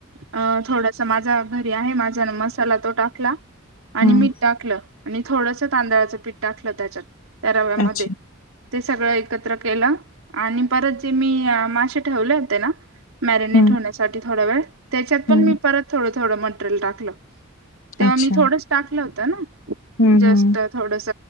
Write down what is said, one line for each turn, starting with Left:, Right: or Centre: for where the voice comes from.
Right: अ थोडस माझा घरी आहे माझा मसाला तो टाकला आणि
Left: हम्म
Right: मीठ टाकलं आणि थोडंस तांदळाचं पीठ टाकलं त्याच्यात. त्या राव्यामध्ये.
Left: अच्छा
Right: ते सगळं एक एकत्र केल आणि परत जे मी अ मासे ठेवले होते ना मॅरिनेट
Left: हम्म
Right: होण्यासाठी थोडा वेळ, त्याच्यात पण
Left: हम्म
Right: मी परत थोडं - थोडं मटेरियल टाकलं. तेव्हा
Left: अच्छा
Right: मी थोडस टाकलं होत ना,
Left: हम्म
Right: जस्ट
Left: हम्म
Right: थोडस